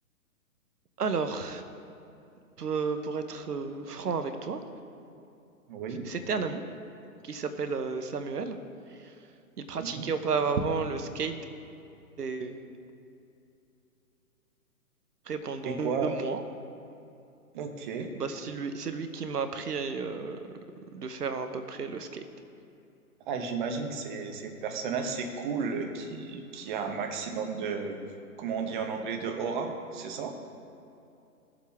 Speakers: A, on the right (about 85°); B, on the right (about 30°).
A: Alors, pe- pour être euh, franc avec toi,
B: Oui.
A: c'était un ami qui s'appelle euh, Samuel. Il pratiquait
B: Mhm.
A: auparavant le skate et pendant
B: Et quoi?
A: 2 mois,
B: Ok.
A: bah, c'est lui c'est lui qui m'a appris, heu, de faire à peu près le skate.
B: Ah, j'imagine que c'est, c'est une personne assez cool qui, qui a un maximum de, comment on dit en anglais, de aura, c'est ça?